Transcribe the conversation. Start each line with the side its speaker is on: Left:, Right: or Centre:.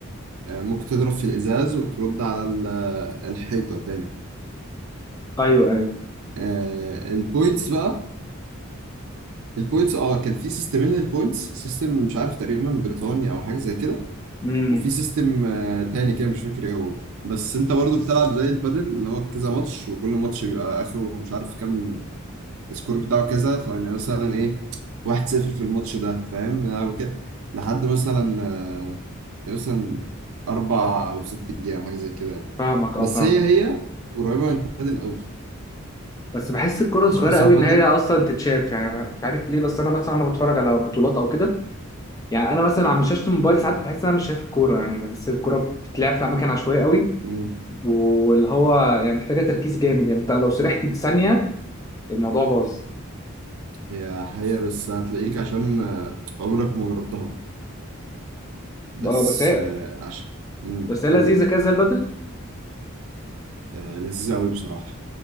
Right: آه ممكن تضرب في الازاز وترد على ال- آه، الحيطه تاني
Left: ايوه ايوه
Right: آه البوينتس بقى البوينتس اه كان في سيستمين للبوينتس سيستم مش عارف تقريبا بريطاني او حاجه زي كده
Left: امم
Right: وفي سيستم آه تاني كده مش فاكر ايه هو بس انت برضو بتلعب زي البادل اللي هو كذا ماتش وكل ماتش بيبقى اخره مش عارف كام السكور بتاعه كذا فيعني مثلا ايه 1-0 في الماتش ده فاهم أنا بك- لحد مثلا آه، مثلا أربع أو ست جيام حاجة زي كده يعني
Left: فاهمك
Right: بس
Left: اه فاهمك
Right: هي هي قريبة من الفادل قوي
Left: بس بحس الكرة صغيرة
Right: عشان أصلا
Left: قوي
Right: الفادل
Left: ان هي اصلا تتشاف يعني مش عارف ليه بس انا مثلا وانا بتفرج على بطولات او كده يعني انا مثلا على شاشة الموبايل ساعات بحس ان انا مش شايف الكورة يعني بحس الكورة بتتلعب في اماكن عشوائية قوي
Right: مم،
Left: واللي هو يعني محتاجه تركيز جامد يعني انت لو سرحت ثانيه الموضوع باظ
Right: هي هي بس هتلاقيك عشان آه، عمرك ما جربتها بس
Left: اه بس هي
Right: آه، عشان مم،
Left: بس هي
Right: قول
Left: لذيذه
Right: قول
Left: كده زي البدل
Right: آه، لذيذة قوي بصراحة